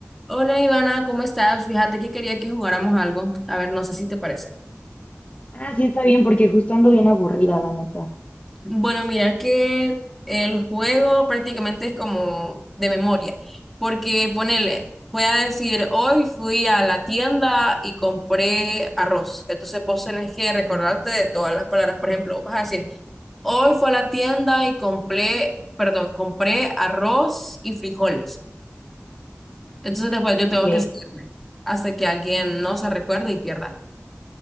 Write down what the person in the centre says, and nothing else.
Hola Ivana, ¿cómo estás? Fíjate que quería que jugáramos algo. A ver, no sé si te parece.
Bueno, mira que el juego prácticamente es como de memoria, porque ponele, voy a decir, hoy fui a la tienda y compré arroz. Entonces vos tenés que recordarte de todas las palabras. Por ejemplo, vas a decir, hoy fui a la tienda y compré, perdón, compré arroz y frijoles. Entonces después yo tengo
que seguirme hasta que alguien no se recuerde y pierda.